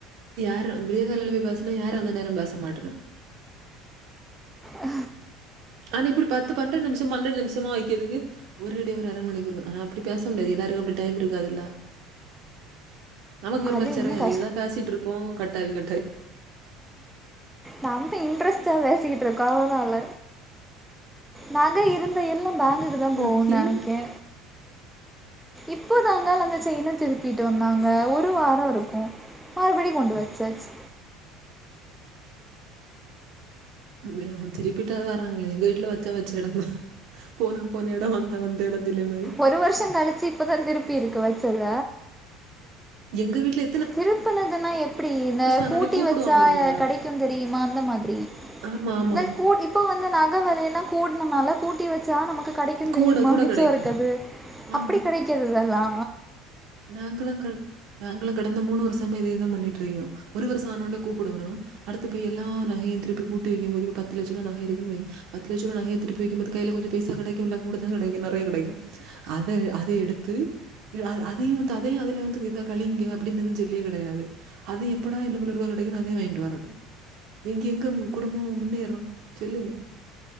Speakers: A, on the right; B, in the centre.
A: யாரு விடியே காலைல போய் பேஸ்னா யாரு அந்த நேரோ பேச மாட்றா
B: அ
A: ஆனா இப்டி பத்து பண்ற நிமிஷ்மா பண்ற நிமிஷ்மா‌ வெக்கெதுக்கு ஒரு டே ஒரு அர மணிக்கு வரு ஆனா அப்டி பேச முடியாது எல்லாருக்கு அப்டி டைம் இருக்காதுல்ல நமக்கு ஒரு
B: அது
A: மாரி சர்யா
B: இன்னும்
A: இருக்கீதா பேசிட்டுருப்போ கட்டாவி கட்டாவி
B: நம்ப இன்ட்ரெஸ்டா பேசிக்கிட்டு இருக்கோ கொரோனால நக இருந்த எல்லா பேங்குக்கு
A: ம்.
B: தா போகு நெனக்கே
A: ம்.
B: இப்போ தாங்கள் அந்த சைன்ன திருப்பிட்டு வந்தாங்க ஒரு வாரோருக்கு மறுபடிம் கொண்டு வச்சாச்சு
A: அ திருப்பிட்டாவெ வாராங்களே எங்க வீட்டுல வச்சா வச்ச இடந்தா போனா போன எடோ வந்தா வந்த எடந்தில மாய்
B: ஒரு வருஷோ கழிச்சு இப்பதா திருப்பி இருக்கு வச்சத
A: எங்க வீட்டுல
B: திருப்பனதுனா எப்டி இந்த
A: ஆனோனே
B: கூட்டி
A: கூப்பிடுவாங்கல்ல.
B: வச்சா கடை க்கும் தெரியுமா அந்த மாதிரி
A: ஆமா, ஆமா.
B: இத கூட் இப்ப வந்து நக வெலயெல்லா கூட்ணனால ட்டி வச்சா நமக்கு கடைக்கு தெரியுமா
A: கூட கூட
B: மிச்சோ
A: கிடைக்கும்.
B: ருக்கது
A: ஆம்
B: அப்டி கெடக்கிறத இதெல்லா
A: நாங்களு கள் நாங்களு கடந்த மூணு வருஷமா இதேதா பண்ணிட்டு ரையு ஒரு வருஷோ ஆனோன்னே கூப்புடவரு அடுத்த பேய் எல்லா நகைய திருப்பி கூட்டி வைக்கும் போது இப்ப பத்து லட்ச ரூவா நக இருக்குன்னு வை பத்து லட்ச ரூவா நகைய திருப் பி வைக்கும்போது கையில கொஞ்சோ பைசா கெடைக்கும்ல்ல கூடதா கெடைக்கு நெறைய கிடைக்கு அத அத எடுத்து எதாது அதையும் வந்து அதையு அதுல வந்து இத கழிங்க அப்டின்னு செல்லியு கெடையாது அது எப்படா இனு பல ருவா கெடைக்குன்னு அதயு வாங்கிட்டு வரது எங்கெங்க குடும்போ முன்னேறு சொல்லு நீ